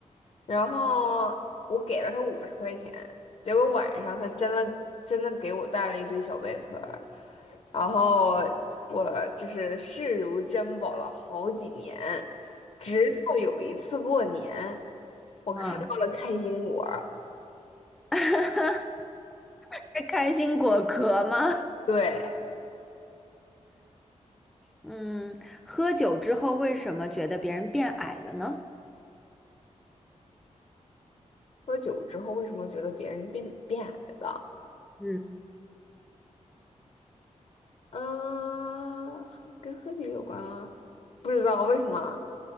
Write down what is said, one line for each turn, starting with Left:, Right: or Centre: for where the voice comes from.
Left: 然后我给了他五十块钱，结果晚上他真的真的给我带了一堆小贝壳儿，然后我就是视如珍宝了好几年，直到有一次过年。我看到了开心果儿。
Centre: 啊，<laughs> 是开心果壳吗？
Left: 对，
Centre: 嗯，喝酒之后为什么觉得别人变矮了呢？
Left: 喝酒之后为什么觉得别人变变矮了？
Centre: 嗯，
Left: 啊，喝跟喝酒有关吗？不知道为什么